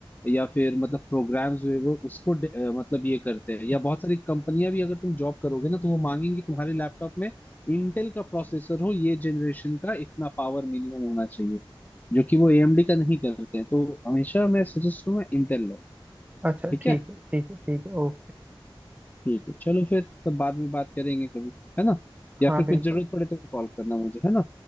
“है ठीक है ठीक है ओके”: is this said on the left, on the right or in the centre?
Right